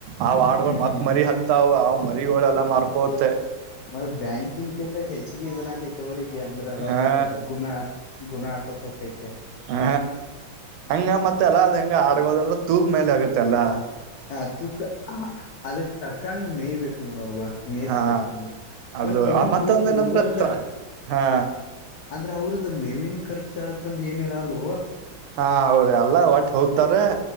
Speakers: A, on the right (about 85°); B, on the left (about 75°).
A: ಆವ ಆಡ್ಗಳು
B: ಹ್ಮ್
A: ಮತ್ ಮರಿ ಹಾಕ್ತಾವ ಮರಿಗಳೆಲ್ಲ ಮಾರ್ಕೋತ್ತೆ
B: ಮತ್ತ ಬ್ಯಾಂಕಿಂಗ್ ಕಿಂತ ಹೆಚ್ಚಗೆ ಇದನ್ ಆಕೈ ಅವ್ರರಿಗೆ. ರಾಕ್
A: ಹಾ
B: ಗುಣ ಗುಣ ಹಾಕೋತ್ ಹಕೈತೆ.
A: ಹ ಹಂಗ ಮತ್ತೆ ಎಲ್ಲ ಅದ ಹೆಂಗ. ಆಡ್ಗೋದಂದ್ರೆ ತೂಕ್ ಮೇಲೆ ಆಗತ್ತೆಲ್ಲಾ.
B: ಹ ತೂಕ ಅದಕ್ ತಕ್ಕಂಗ ಮೇಯ್ ಬೇಕು. ನೋಡ. ಮೇಯಸ್ಬೇಕ
A: ಹಾ
B: ಅವ
A: ಅದು
B: ಮತ್ ಇನ್ನೊಂದು
A: ಮತ್ತೊಂದ
B: ಕುರುಬರ್ದ
A: ಏನಂದ್ರ ಹಾ
B: ಅಂದ್ರೆ ಅವ್ರದ. ಮೇವನ್ ಕರ್ಚು ಅತಂದ ಏನಿರ ಅಲ್
A: ಹಾ ಹೌದ ಅಲ್ಲ ಹೋಗ್ತಾರ